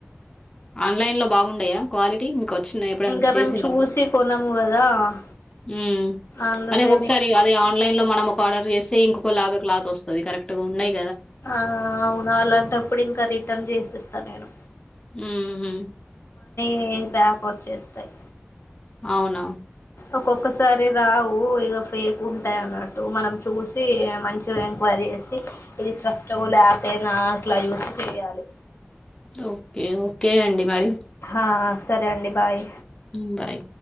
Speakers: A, on the left; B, on the left.
A: ఆన్లైన్లో బాగుండయా క్వాలిటీ మీకు వచ్చిందా ఎప్పుడైనా
B: ఇంకా
A: చేసిండ్రా.
B: మేము చూసి కొనము కదా
A: మ్
B: అందుకని
A: అని ఒకసారి అదే ఆన్లైన్ లో మనం ఒక ఆర్డర్ చేస్తే ఇంకొక లాగా క్లాత్ వస్తుంది కరెక్ట్ గా ఉండయ్.
B: ఆ అవును అలాంటప్పుడు ఇంకా రిటర్న్ చేసేస్తా నేను.
A: మ్ హ్
B: మ్ బ్యాక్ వచ్చేస్తయ్
A: అవునా
B: ఒక్కొక్కసారి రావు ఇగ ఫేక్ ఉంటాయి అన్నట్టు మనం చూసి మంచిగా ఎంక్వైరీ చేసి ఇది ట్రస్ట్రబుల్ ఆపేనా అట్లా చూసి చెయాలి.
A: ఓకే ఓకే అండి మరి
B: ఆ సరే అండి బాయ్
A: మ్ బాయ్